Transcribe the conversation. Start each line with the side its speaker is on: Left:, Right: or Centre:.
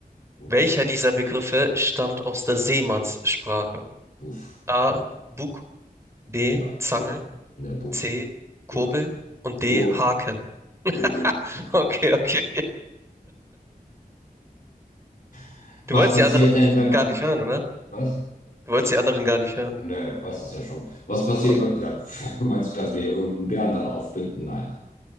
Left: Und,
Right: Welcher dieser Begriffe stammt aus der Seemannssprache?
Left: puff.
Right: A. Bug, B.
Left: Ja,
Right: Zange,
Left: ja, in der Book.
Right: C.
Left: Burg,
Right: Kurbel und D.
Left: Burg,
Right: Haken.
Left: Burg.
Right: <laughs> Okay, okay.
Left: <laughs>
Right: Du
Left: Was
Right: wolltest
Left: passiert
Right: die anderen
Left: denn, wenn man.
Right: gar nicht hören, oder?
Left: Was?
Right: Du wolltest die anderen gar nicht hören.
Left: Ne, ich weiß es ja schon. Was passiert,
Right: Oh.
Left: wenn, ja, <laughs> pff, meinst du, kannst du mir irgendeinen Bären dann aufbinden? Nein, nein.